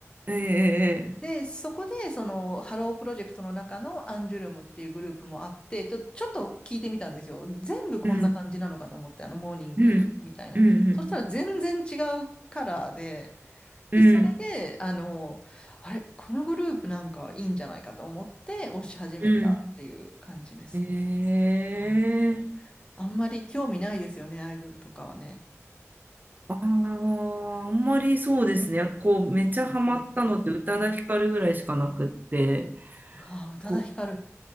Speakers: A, on the right; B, on the left.
A: ええええ
B: で、そこで、その、ハロープロジェクトの中のアンジュルムっていうグループもあって、ちょ、ちょっと聞いてみたんですよ。全部こんな感じなのかと思って、
A: えうん。
B: あの、モーニングみたいな。
A: うん。うん。
B: そしたら全然違うカラーで、
A: うん。
B: で、それで、あの、あれ、このグループなんかいいんじゃないかと思って推し始めたっていう感じですね。
A: うんうんええ
B: はい。あんまり興味ないですよね、アイドルとかはね。
A: あああんまりそうですね。こう、めちゃハマったのって宇多田ヒカルぐらいしかなくって、
B: そうですよね。うわぁ、宇多田ヒカル、
A: こ